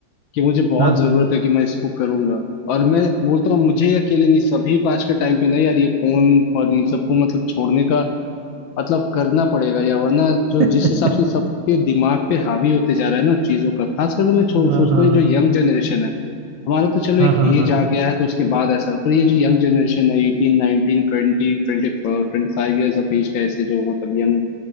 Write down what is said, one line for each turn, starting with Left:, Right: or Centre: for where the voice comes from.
Left: कि मुझे बहुत
Right: हाँ
Left: जरूरत है कि मैं इसको करूंगा और मैं बोलता हूँ मुझे ही अकेले नहीं सभी को आज के टाइम पे ना यार ये फोन और इन सबको मतलब छोड़ने का मतलब करना पड़ेगा यार वरना जो
Right: <laughs>
Left: जिस हिसाब से सबके दिमाग पे हावी होते जा रहा है ना चीजों का खास करके मैं
Right: हाँ
Left: छो-
Right: हाँ
Left: सोचता
Right: हाँ
Left: हूँ ये जो यंग जनरेशन है हमारा तो चलो
Right: हाँ
Left: एक
Right: हाँ
Left: एज आ गया है तो उसके बाद ऐसा पर ये जो यंग जनरेशन है एटीन नाइनटीन ट्वेंटी ट्वेंटी ट्वेंटी फाइव ईयर्स ऑफ एज का ऐसे जो मतलब यंग